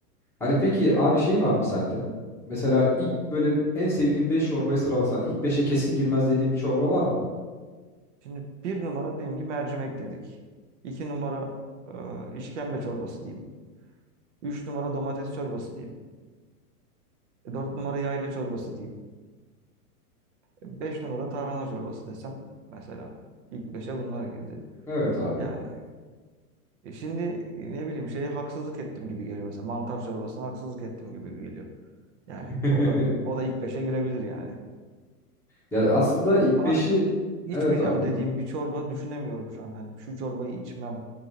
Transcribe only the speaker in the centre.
Hani peki abi şey var mı sende? Mesela ilk böyle en sevdiğin 5 çorbayı sıralasan ilk beşe kesin girmez dediğin bir çorba var mı?
Evet abi.
<laughs>
Ya
aslında ilk
beşi
evet abi buyur.